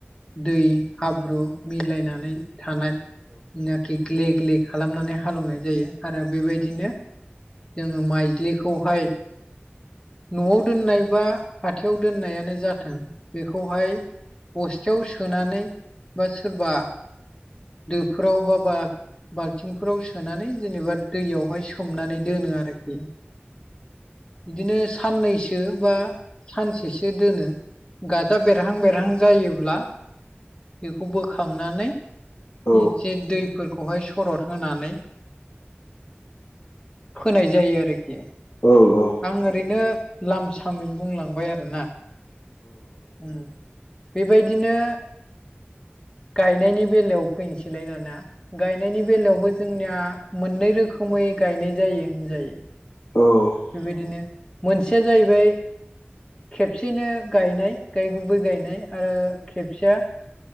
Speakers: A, on the left (about 20°); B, on the left (about 75°).
A: दै हाब्रु मिलायनानै थानाय ग्ले ग्ले खालामनानै हालेवनाय जायो आरो बेबायदिनो जोङो माइज्लिखौहाय न'आव दोननाय बा हाथायाव दोननायानो जाथों बेखौहाय बस्थायाव सोनानै बा सोरबा दोफोराव बा बा बाल्थिंफोराव सोनानै जेनेबा दैयावहाय सोमनानै दोनो आरोखि बिदिनो साननैसो बा सानसेसो दोनो गाजा बेरहां बेरहां जायोब्ला बेखौ बोखांनानै
B: औ
A: एसे दैफोरखौहाय सरद होनानै फोनाय जायो आरोखि
B: औ औ
A: आं ओरैनो लाम सामै बुंलांबाय आरोना उम बेबायदिनो गायनायनि बेलायाव फैनोसैलाय दाना गायनायनि बेलायावबो जोंनिया मोननै रोखोमै गायनाय जायो होनजायो
B: औ
A: बेबायदिनो मोनसेया जाहैबाय खेबसेनो गायनाय गाय गुबै गायनाय आरो खेबसेया